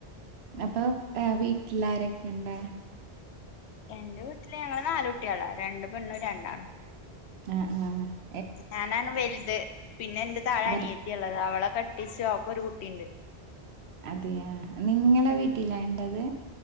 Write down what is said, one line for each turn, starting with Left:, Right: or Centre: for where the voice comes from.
Right: അപ്പൊ ആ വീട്ടിലാരൊക്കെ ഇണ്ട്
Left: എന്റെ വീട്ടില് ഞങ്ങള് നാലുട്ടികളാ രണ്ട് പെണ്ണും രണ്ടാണും
Right: ആ ആ
Left: ഞാനാണ് വൽത് പിന്നെ എന്റെ താഴെ
Right: ഭർ
Left: അനിയത്തിയൊള്ളതാ അവള കെട്ടിച്ചു അവ് ക്കൊരു കുട്ടിണ്ട്
Right: അതെയാ നിങ്ങളെ വീട്ടിലാണ്ടത്